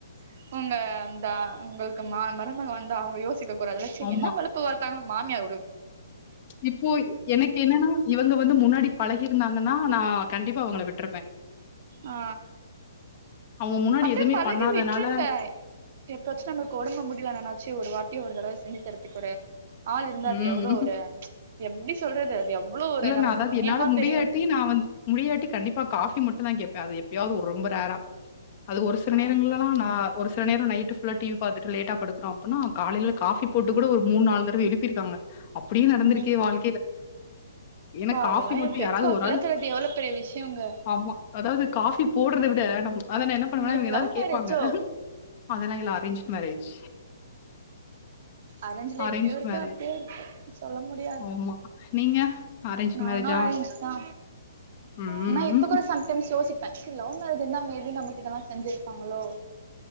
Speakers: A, on the right; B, on the left.
A: இருக்குங்க அந்தா ஒங்களுக்கு மா மருமக வந் தா அவுங்க யோசிக்க கூடாதுல ச
B: ஆமா
A: என்ன வலப்பு வழத்தாங்க மாமியா
B: இப்போ எனக்கு என்னன்னா இவங்க வந்து முன்னாடி பழ கி இருந்தாங்கனா நா கண்டிப்பா அவுங்கள விட்ருப்பே
A: ஆ
B: அவங்க முன்னாடி
A: அப்டியே
B: எதுவுமே
A: பழகி
B: பண்ணாதனால
A: விட்ருங்க எப்பாச்சு நம்மளுக்கு ஒடம்பு முடில நனாச்சு ஒரு வார் தி ஒரு தடவ செஞ்சு தரதுக்கு ஒரு ஆள் இருந்தா
B: ம்
A: அது எவ்ளோ ஒரு எப்டி சொல்றது அது எவ்ளோ ஒரு
B: இல்ல
A: நமக்கு
B: நா அதாவது
A: புண்ணியமா
B: என்னால முடியாட்டி
A: தெரியு
B: நா வந் முடியாட்டி கண்டிப்பா காஃப் பி மட்டுந் தா கேப்பே அது எப்பயாவது ஒரு ரொம்ப ரேரா அது ஒரு சில
A: ஆ
B: நேரங்கள்லெல்லா நா ஒரு சி சில நேரோ நைட்டு ஃபுல்லா டி வி பாத்துட்டு லேட்டா படுக்குறோ அப்புன்னா காலேல காஃபி போட்டு கூட ஒரு மூண் நால் தடவ எழுப்பிருக்காங்க. அப்டியு நடந்திருக்கு
A: ம்
B: எ வாழ்க்கேல.
A: அப்பா
B: ஏன்னா காஃபி
A: அதெல்லா
B: மட்டு
A: பெட்
B: யாராது
A: காஃபிலா
B: ஒர் ஆள்
A: தேடுறது எவ்ளோ பெரிய விஷயங்க
B: ஆமா அதாவது காஃபி போட்ரத விட நம் அத நா என்ன பண்ணுவே
A: உங்களுக்கு
B: இவ்ங்க ஏதாவ்து
A: லவ்
B: கேப்பாங்க.
A: மேரேஜோ
B: அதல்லா இல்ல அரேஞ்ச் மேரேஜ்.
A: அரேஞ்ல இப்டியு
B: அரேஞ்ச்டு
A: இருக்கு
B: மேரேஜ்.
A: அப்டியு இருக்கு சொல்ல முடியாது
B: ஆமா. நீங்க? அரேஞ்ச்
A: நானு
B: மேரேஜா?
A: அரேஞ்சித்தா
B: ம்.
A: என்ன இப்ப கூட சம்டைம்ஸ் யோசிப் பே பஸ்ட்டு லவ் மேரேஜ் இந்தா மேபி நமக்கு இதெலா செஞ்சிருப்பாங்களோ